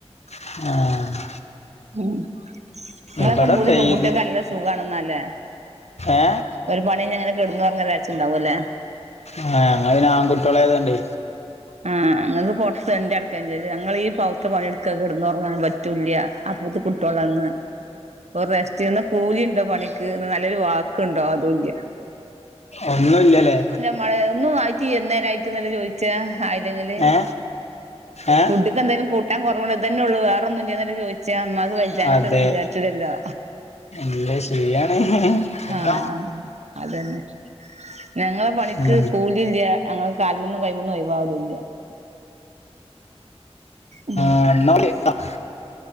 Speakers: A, on the left; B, on the right.
A: ആഹ്
B: ഉം ഇങ്ങളൊക്കെ
A: ഇവിടെ
B: പൂതി
A: പെയ്ത്
B: പെൺകുട്ടികൾക്ക് നല്ല സുഖാണെന്നല്ലേ
A: ഏ
B: ഒരു പണി കയ്ഞ്ഞ് ഇങ്ങനെ കെടന്നൊറങ്ങാന്ന് വിചാരിച്ചുണ്ടാവുംലേ
A: ആഹ് ഞങ്ങള് പിന്നെ ആൺകുട്ടികളായതോണ്ടെ
B: ആഹ് ഇങ്ങക്ക് പൊറത്ത് തെണ്ടി നടക്കേ ചെയ്യാ ഞങ്ങളീ ട്ത്തെ പണിയെടുക്ക കെടന്ന് ഒറങ്ങാനും പറ്റുല്ല്യ അപ്പൊത്തെന് കുട്ട്യാളെന്ന് ഒരു റെസ്റ്റെന്ന് കൂലിണ്ടോ പണിക്ക് എന്നാ നല്ലൊരു വാക്ക്ണ്ടോ അതുല്യ
A: ഒന്നും ഇല്ലലെ
B: മയ ഒന്നും ആയിട്ടില്ലി ഇന്നേരായിട്ട് ഇന്നല്ലേ ചോയിച്ച ആയില്ലെങ്കില്
A: ഏ ഏ
B: ഫുഡ് തെന്തേലും കൂട്ടാൻ കൊറവുണ്ട് ഇതന്നെ ഒള്ളൂ വേറൊന്നുല്ലേന്ന് ചോയ്ച്ച ഇമ്മാക്ക് വെജ്ജാഞ്ഞിട്ടല്ലേന്ന്
A: അതെ
B: വിചാരിച്ചൂല്ലല്ലോ
A: ഇല്ല ശരിയാണ് എന്ത
B: ആഹ് അതന്നെ ഞങ്ങളെ പണിക്ക്
A: ഉം.
B: കൂലില്ല്യ ഞങ്ങളെ കാൽമന്നും കയ്മന്നും ഒഴവാവലൂല്ല്യ ഉം
A: ആഹ് എന്നാ വിളിക്കാം